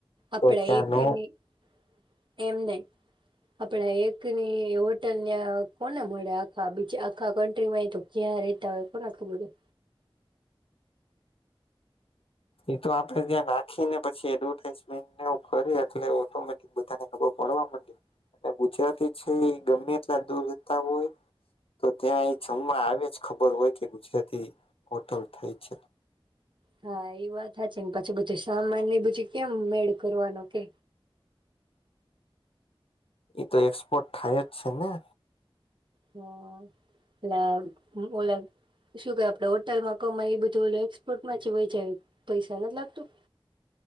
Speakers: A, on the right (about 55°); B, on the left (about 75°).
A: અપડા
B: તો ત્યાં
A: એ
B: નો
A: <inaudible> એમ નહિ આપડા એકની હોટલ ન્યા કોને મળે આખા બીજા આખા કન્ટ્રીમાં એ તો ક્યાં રેતા હોય કોના ખબર હોય.
B: એ તો આપડે ત્યાં રાખીને પછી એડવર્ટાઈઝમેન્ટ ને એવું કરીએ એટલે ઓટોમેટિક બધાને ખબર પડવા માંડે અને ગુજરાતી છે એ ગમે એટલા દૂર રેતા હોય તો ત્યાં એ જમવા આવે જ ખબર હોય કે ગુજરાતી હોટલ થય છે.
A: હા એ વાત સાચી ને પછી બધું સામાન ને પછી કેમ મેળ કરવાનો કે?
B: એ તો એક્સપોર્ટ થાય જ છે ને.
A: હા એ ઓલા ઓલા શું કે આપડે હોટલમાં કમાય એ બધું ઓ એક્સપોર્ટમાં છે વય જાય પૈસા નથી લાગતું?